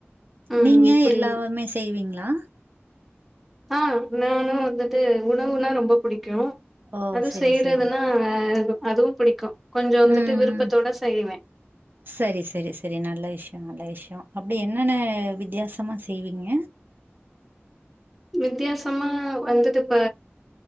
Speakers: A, in the centre; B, on the right.
A: ம்
B: நீங்க
A: புரியுது
B: எல்லாமே செய்வீங்களா?
A: ஆ‌ நானு வந்துட்டு உணவுனா ரொம்பப்புடிக்கு
B: ஓ
A: அது
B: சரி
A: செய்றதுன்னா
B: சரி
A: <unintelligible> அதுவு புடிக்கு கொஞ்சோ வந்துட்டு
B: ம்
A: விருப்பத்தோட
B: ம்
A: செய்வே
B: சரி சரி சரி நல்ல விஷயம் நல்ல விஷயம் அப்டி என்னென்ன வித்தியாசமா செய்வீங்க
A: வித்தியாசமா வந்துட்டு இப்ப